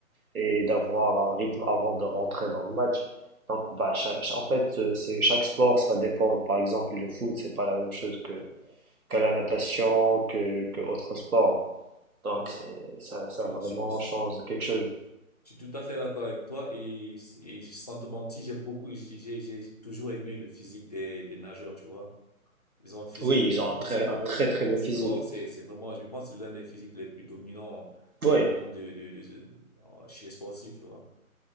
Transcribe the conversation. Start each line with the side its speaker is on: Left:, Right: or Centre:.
Right: et d'avoir un rythme avant de rentrer dans le match. Donc bah, cha- cha- en fait, euh, c'est chaque sport, ça dépend. Par exemple, le foot, c'est pas la même chose que, que la natation, que, que autre sport. Donc
Left: ouais.
Right: c'est, ça, ça
Left: Je suis,
Right: vraiment
Left: je suis-
Right: change quelque chose.
Left: Je suis tout à fait d'accord avec toi et, et sans te mentir, j'ai beaucoup, j'ai, j'ai j'ai toujours aimé le physique des, des nageurs, tu vois. Ils ont un physique
Right: Oui, ils
Left: pas
Right: ont
Left: possible
Right: un très, un
Left: en
Right: très
Left: haut,
Right: très
Left: en haut
Right: beau physique.
Left: du corps. C'est, c'est vraiment, je pense, que c'est l'un des physiques les plus dominants
Right: Oui,
Left: en, en termes de, de, de, de- en- chez les sportifs, tu vois.